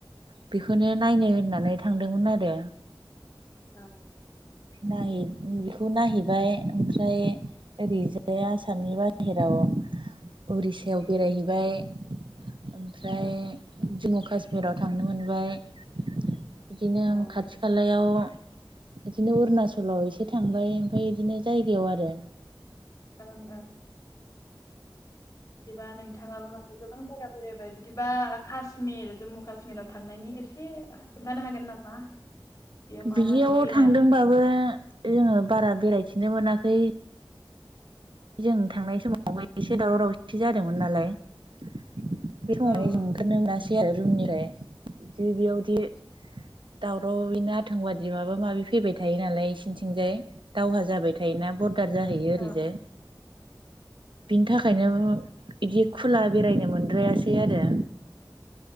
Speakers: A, on the right; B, on the left.
A: बेखौनो
B: ओ
A: नायनो होननानै थांदोंमोन आरो
B: औ
A: नाय बेखौ नायहैबाय ओमफ्राय ओरैजाय आसामनि बाहेराव उरिस्याव बेरायहैबाय ओमफ्राय
B: अ
A: जम्मु काश्मिराव थांनो मोनबाय बिदिनो
B: ओं
A: खाथि खालायाव बिदिनो अरुणाचलाव एसे थांबाय ओमफ्राय बिदिनो जायगायाव आरो
B: ओं ओं बिदिबा नोंथाङाबो माने गोबां जायगा बेरायबाय बिदिबा काश्मिर जम्मु काश्मिराव थांनायनि एसे खोनथानो हागोन नामा? बेयाव मा
A: बियाव
B: मा नुहैनाय
A: थांदोंबाबो जोङो बारा बेरायथिनो मोनाखै जों थांनाय समावबो एसे दावराव दावसि जादोंमोन नालाय बे समावहाय
B: औ औ
A: जों ओंखारनो मोनासै आरो रुमनिफ्राय जे बेयावदि दावराव बिनो आथों बादि माबा माबि फैबाय थायो नालाय इसिनिथिंजाय दावहा जाबाय थायोना बरदार जाहैयो
B: ओं
A: ओरैजाय बिनि थाखायनो बिदि खुला बेरायनो मोनद्रायासै आरो